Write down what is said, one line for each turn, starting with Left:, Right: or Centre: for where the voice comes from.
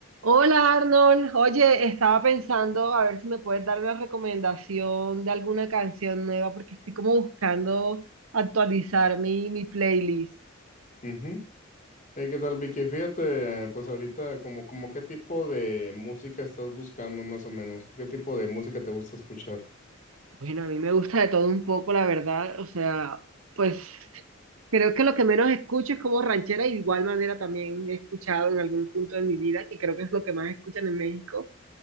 Right: Hola Arnold, oye, estaba pensando a ver si me puedes dar una recomendación de alguna canción nueva porque estoy como buscando actualizar mi, mi playlist.
Left: Ujú. Eh, ¿qué tal, Vicky? Fíjate, pues ahorita, como, como qué tipo de música estás buscando más o menos, qué tipo de música te gusta escuchar.
Right: Bueno, a mí me gusta de todo un poco, la verdad, o sea, pues creo que lo que menos escucho es como ranchera, y de igual manera también he escuchado en algún punto de mi vida, que creo que es lo que más escuchan en México,